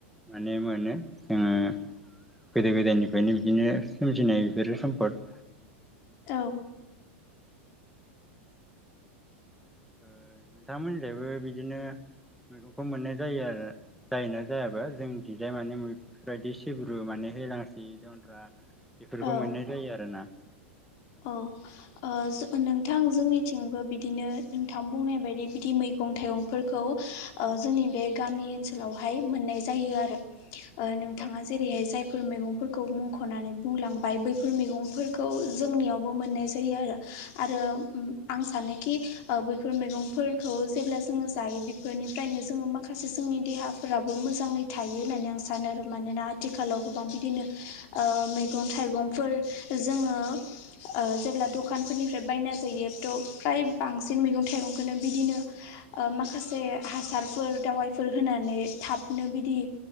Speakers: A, in the centre; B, on the left.
A: माने मोनो जोङो। गोदो गोदायनिफ्रायनो बिदिनो सोमजिनाय बेफोरो सम्पद
B: औ
A: ओ नोंथांमोननिजायबो बिदिनो मैगंखौ मोननाय जायो आरो जायोना जायाबा जों थिंजाय मानेफोरबायदि सिब्रु माने हेलांसि जन्द्रा बेफोरखौ
B: औ
A: मोननाय जायो आरोना।
B: औ ओ नोंथां जोंनिथिंबो बिदिनो नोंथां बुंनाय बायदि बिदि मै मैगं थाइगंफोरखौ ओ जोंनि बे गामि ओनसोलावहाय मोननाय जायो आरो। ओ नोंथाङा
A: औ
B: जेरैहाय जायफोर मैगंफोरखौ मुंख'नानै बुंलांबाय बैफोर मैगंफोरखौ जोंनियावबो मोननाय जायो आरो, आरो आं सानोखि ओ बेैफोर मैगंफोरखौ जेब्ला जोङो जायो बेफोरनिफ्रायनो जोङो माखासे जोंनि देहाफोराबो मोजाङै थायो होननानै आं सानो आरो मानोना आथिखालाव गोबां बिदिनो ओ मैगं थाइगंफोर जोङो ओ जेब्ला दखानफोरनिफ्राय बायना जायो थ' फ्राय बांसिन मैगं थाइगंखौनो बिदिनो ओ माखासे हासारफोर दावाइफोर होनानै थाबनो बिदि